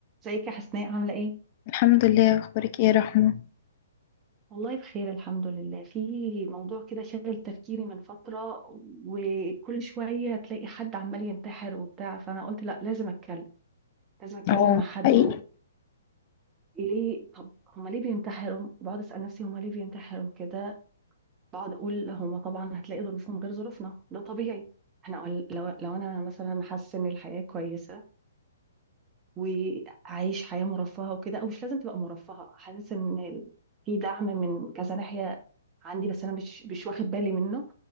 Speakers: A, on the right; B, on the left.
A: ازيك يا حسناء عاملة ايه؟
B: الحمد لله اخبارك ايه يا رحمه
A: والله بخير الحمد لله في موضوع كده شاغل تفكيري من فترة وكل شوية تلاقي حد عمال ينتحر وبتاع فأنا قلت لا لازم أتكلم لازم أتكلم
B: اه
A: مع حد
B: حقيقي
A: وأقول ليه طب هما ليه بينتحروا؟ بقعد أسأل نفسي هما ليه بينتحروا كده بقعد أقول هما طبعا هتلاقي ظروفهم غير ظروفنا ده طبيعي احنا قل- لو, لو أنا مثلا حاسة إن الحياة كويسة وعايش حياة مرفهة وكده او مش لازم تبقى مرفهة حاسس ان ال- في دعم من كذا ناحية عندي بس انا مش مش واخد بالي منه